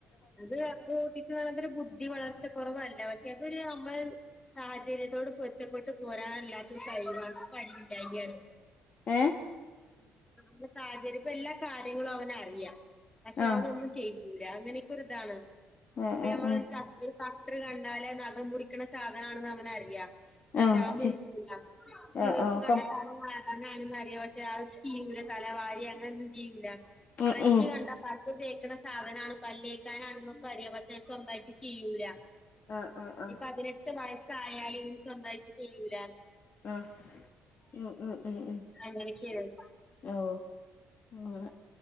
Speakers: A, on the left (about 20°); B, on the left (about 50°).
A: അത് ഓട്ടിസത്തിന് ബുദ്ധി വളർച്ചക്കൊറവല്ല പക്ഷെ അതൊരു നമ്മള്- സാഹചര്യത്തോട് പൊര്ത്തപ്പെട്ട് പോരാനല്ലാത്തൊരു കഴിവാണ് കഴിവില്ലായിയാണ്
B: ഏ
A: ന്റെ സാഹചര്യപ്പ എല്ലാ കാര്യങ്ങളും അവനറിയാ. പക്ഷെ
B: ആഹ്
A: അവനൊന്നും ചെയ് ല്യ അങ്ങനെക്കെ ഒരു ഇതാണ്.
B: ആഹ്
A: ഇപ്പ നമ്മളൊരു
B: ആഹ് ആഹ് ആഹ്
A: കാ ഒരു കട്ടറ് കണ്ടാല് നഖം മുറിക്ണ സാധനാണെന്ന് അവനറിയാ. പക്ഷെ
B: ആഹ് ആഹ്
A: അവൻ മുറിക്കൂലാ.
B: ശരി
A: ചീർപ്പ്
B: ആഹ് ആഹ്
A: കണ്ടാതല
B: കം
A: വാര് ങ്ങനാണ്ന്ന് അറിയ. പക്ഷെ അത് ചെയ്യൂല. തല വാരെ അങ്ങനെന്നും ചെയ്യൂല.
B: ഉം
A: ബ്രഷ്
B: ഉം
A: കണ്ട പൽ ല് തേക്കണ സാധനണ്, പല്ലേക്കാനാണ്ന്നൊക്ക അറിയ. പക്ഷെ സ്വന്തായിട്ട് ചെയ്യൂല.
B: ആഹ് ആഹ്. ആഹ്
A: ഇ പതിനെട്ട് വയസ്സ് ആയാല് സ്വന്തയിട്ട് ചെയ്യൂല.
B: ആഹ്. ഉം ഉം. ഉം. ഉം.
A: അങ്ങനെകേണ്.
B: ഓഹ് അങ്ങനെ